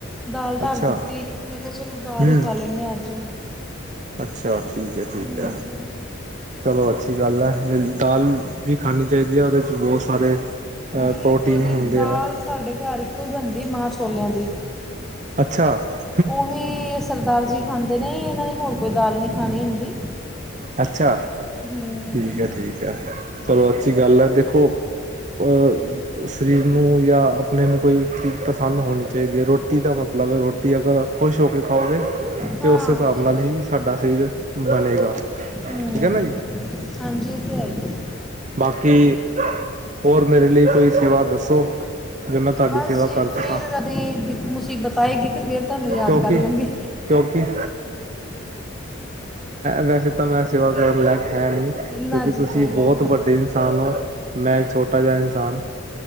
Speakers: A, in the centre; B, on the right.
A: ਦਾਲ ਧਰ
B: ਅੱਛਾ,
A: ਦਿੱਤੀ, ਮੈਂ ਕਿਹਾ ਚਲੋ ਦਾਲ
B: ਹੂੰ,
A: ਹੀ ਖਾ ਲੈਂਦੇ ਹਾਂ ਅੱਜ।
B: ਅੱਛਾ ਠੀਕ ਏ ਠੀਕ
A: ਹਾਂਜੀ
B: ਏ। ਚਲੋ ਅੱਛੀ ਗੱਲ ਐ, ਦਾਲ ਵੀ ਖਾਣੀ ਚਾਹੀਦੀ ਐ ਉਹਦੇ ਚ ਬਹੁਤ ਸਾਰੇ ਅ
A: ਬਿਲਕੁਲ
B: ਪ੍ਰੋਟੀਨ
A: ਜੀ
B: ਹੁੰਦੇ
A: ਦਾਲ
B: ਐ।
A: ਸਾਡੇ ਘਰ ਇੱਕੋ ਹੀ ਬਣਦੀ ਏ ਮਾਂਹ ਛੋਲਿਆਂ ਦੀ,
B: ਅੱਛਾ-ਅੱਛਾ
A: ਉਹ ਵੀ ਸਰਦਾਰ ਜੀ ਖਾਂਦੇ ਨੇ ਇਹਨਾਂ ਨੇ ਹੋਰ ਕੋਈ ਦਾਲ ਨੀ ਖਾਣੀ ਹੁੰਦੀ।
B: ਅੱਛਾ
A: ਹਮ,
B: ਠੀਕ ਆ ਠੀਕ ਆ ਚਲੋ ਅੱਛੀ ਗੱਲ ਏ ਦੇਖੋ ਅ <unintelligible> ਸਰੀਰ ਨੂੰ ਯਾ ਆਪਣੇ ਨੂੰ ਕੋਈ ਚੀਜ਼ ਪਸੰਦ ਹੋਣੀ ਚਾਹੀਦੀ ਏ ਰੋਟੀ ਦਾ ਮਤਲਬ ਹੈ ਰੋਟੀ ਅਗਰ ਖੁਸ਼ ਹੋ ਕੇ ਖਾਓਗੇ,
A: ਹਾਂ
B: ਤਾਂ ਉਸ ਹਿਸਾਬ ਨਾਲ
A: ਇਹ
B: ਈ ਸਾਡਾ ਸਰੀਰ ਬਣੇਗਾ।
A: ਹੂੰ,
B: ਠੀਕ ਹੈ ਨਾ ਜੀ
A: ਹਾਂਜੀ ਇਹ ਤੇ ਹੈ ਈ ਏ।
B: ਬਾਕੀ, ਹੋਰ ਮੇਰੇ ਲਈ ਕੋਈ ਸੇਵਾ ਦੱਸੋ। ਜੋ ਮੈਂ ਤੁਹਾਡੀ
A: ਬਸ
B: ਸੇਵਾ
A: ਜੀ
B: ਕਰ
A: ਫੇਰ
B: ਸਕਾਂ
A: ਕਦੀ ਮੁਸੀਬਤ ਆਏਗੀ ਤਾਂ ਫੇਰ ਤੁਹਾਨੂੰ ਯਾਦ
B: ਕਿਉਂਕਿ
A: ਕਰ ਲਾਂਗੇ।
B: ਕਿਉਂਕਿ ਵੈਸੇ ਤਾਂ ਮੈਂ ਸੇਵਾ ਕਰਨ ਲੈਕ ਹੈ ਨੀ ਕਿਉਂਕਿ
A: ਨਾ ਜੀ
B: ਤੁਸੀਂ
A: ਕੋਈ
B: ਬਹੁਤ
A: ਗੱਲ ਨਹੀਂ।
B: ਵੱਡੇ ਇਨਸਾਨ ਹੋ ਮੈਂ ਇੱਕ ਛੋਟਾ ਜਿਹਾ ਇਨਸਾਨ